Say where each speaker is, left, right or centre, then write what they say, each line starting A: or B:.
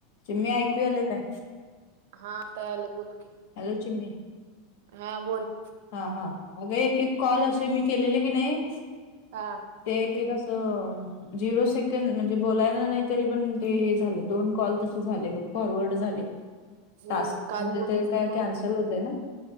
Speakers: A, on the left; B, on the right.
A: चिमणी ऐकू यायलंय काय
B: हा आता यायले बोल की
A: हॅलो चिम्मी
B: हा बोल
A: हा हा अगं एक एक कॉल असे मी केलेले की नाही
B: हा
A: ते एकेक कसं झिरो सेकंड म्हणजे बोलायला नाही तरी पण ते हे झालं दोन कॉल तसे झाले मग फॉरवर्ड झाले <inaudible>
B: हम्म काल
A: म्हणजे
B: मला
A: ते
B: झालत
A: काय कॅन्सल होत ना